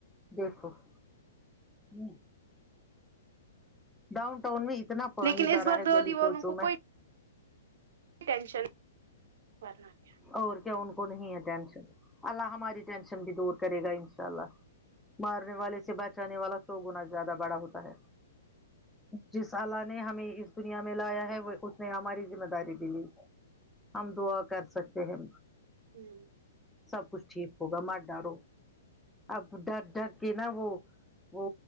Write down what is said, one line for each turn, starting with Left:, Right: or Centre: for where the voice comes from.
Centre: دیکھو ہ ہ ڈاؤن ٹؤن میں اتنا پانی
Right: لیکن
Centre: بھرا
Right: اس بار
Centre: ہے
Right: دادی
Centre: گلی
Right: والوں
Centre: کوچوں
Right: کو
Centre: میں
Right: کوئی ٹینشن کرنا کیا
Centre: اور کیا ان کو نہیں ہے ٹینشن اللہ ہماری ٹینشن بھی دور کرے گا انشاء اللہ مارنے والے سے بچانے والا سو گنا زیادہ بڑا ہوتا ہے جس اللہ نے ہمیں اس دنیا میں لایا ہے وہ اس نے ہماری ذمہ داری بھی لی ہم دعا کر سکتے ہیں
Right: ہوں
Centre: سب کچھ ٹھیک ہوگا مت ڈرو اب ڈر ڈر کے نا وہ وہ